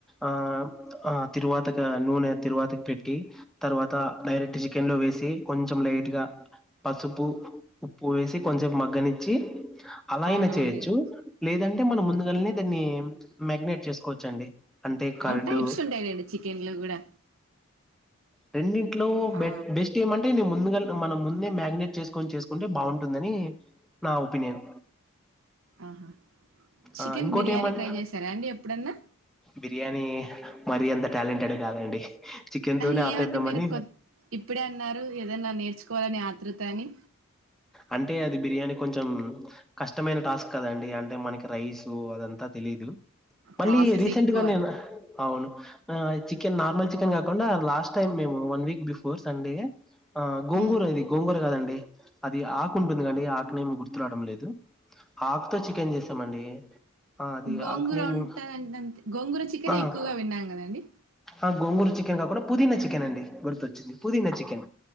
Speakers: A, in the centre; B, on the right.
A: ఆం అ తిరువాతక నూనె తిరువాతక్ పెట్టి తర్వాత డైరెక్ట్ చికెన్ లో వేసి కొంచం లైట్ గా పసుపు, ఉప్పు వేసి కొంచం మగ్గనిచ్చి అలా అయినా
B: అవునవునులేండి
A: చేయొచ్చు లేదంటే మనం ముందుగానే దాన్ని మ్యాగ్నేట్ చేసుకోవచ్ చ్చండి అంటే కర్డు
B: అవును టైప్స్ ఉంటాయిలేండి చికెన్ లో కూడా
A: రెండింట్లో బెట్
B: ఆ
A: బెస్ట్ ఏమంటే నే ముందుగా మనం ముందే మ్యాగ్నేట్ చేస్కొని చేసుకుంటే బాగుంటుందని నా ఒపీనియన్
B: ఆహా చికెన్
A: ఆహ్, ఇంకోటేమన్
B: బిర్యానీ ట్రై చేశారా అండి ఎప్పుడన్నా
A: బిర్యానీ మరి అంత టాలెంటెడ్ కాదండి చికెన్ తోనే
B: ఆ
A: ఆపేద్దామని
B: ఏమండి మీరు కొ ఇప్పుడే అన్నారు ఏదన్నా నేర్చుకోవాలని ఆత్రృత అని
A: అంటే అది బిర్యానీ కొంచం కష్టమైన టాస్క్ కదండి అంటే మనకి రైస్ అదంతా తే లిదు మళ్ళీ
B: ప్రాసెస్
A: రీసెంట్
B: ఎక్కువ
A: గా నేను అవును ఆహ్ చికెన్ నార్మల్ చికెన్ కాకుండా లాస్ట్ టైమ్ మేము వన్ వీక్ బిఫోర్ సండే ఆ గోంగూర
B: ఉమ్
A: ఇది గోంగూర కాదండి ది ఆకు ఉంటుంది కండి ఆకునే ఏమి గుర్తు రావడం లేదు ఆకుతో చికెన్ చేసామండి ఆ అది
B: గోంగూర
A: ఆక్నేము
B: ఉంటదంటే అంతే గోంగూర చికెనే
A: ఆహ్
B: ఎక్కువగా విన్నాం కదండి
A: అ గోంగూరు చికెన్ కాకుండా పుదినా చికెన్ అండి గుర్తొచ్చింది పుదీనా చికెన్